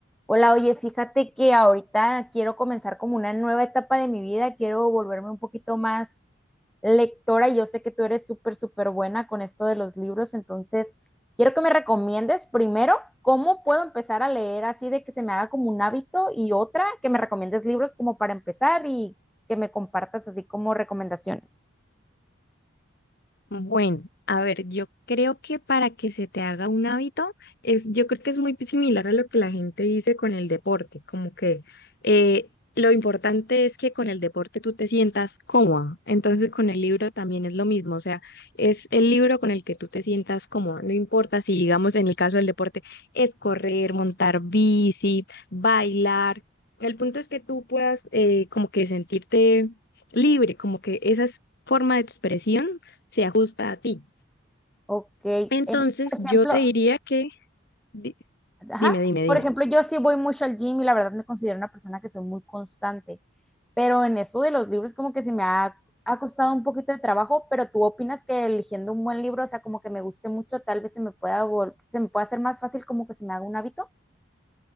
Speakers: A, in the centre; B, on the left (about 50°).
A: Hola, oye, fíjate que ahorita quiero comenzar como una nueva etapa de mi vida, quiero volverme un poquito más lectora y yo sé que tú eres súper, súper buena con esto de los libros, entonces quiero que me recomiendes primero cómo puedo empezar a leer así de que se me haga como un hábito y otra que me recomiendes libros como para empezar y que me compartas así como recomendaciones.
B: Bueno, a ver, yo creo que para que se te haga un hábito, es, yo creo que es muy similar a lo que la gente dice con el deporte, como que eh, lo importante es que con el deporte tú te sientas cómoda, entonces con el libro también es lo mismo, o sea, es el libro con el que tú te sientas cómoda, no importa si, digamos, en el caso del deporte es correr, montar bici, bailar, el punto es que tú puedas eh, como que sentirte libre, como que esa es forma de expresión se ajusta a ti.
A: Ok, eh,
B: Entonces,
A: por
B: yo
A: ejemplo,
B: te diría que, di-
A: Ajá.
B: dime, dime, dime.
A: Por ejemplo, yo sí voy mucho al gym y la verdad me considero una persona que soy muy constante, pero en eso de los libros como que se me ha, ha costado un poquito de trabajo, pero tú opinas que eligiendo un buen libro, o sea, como que me guste mucho, tal vez se me pueda vol- se me pueda hacer más fácil como que se me haga un hábito.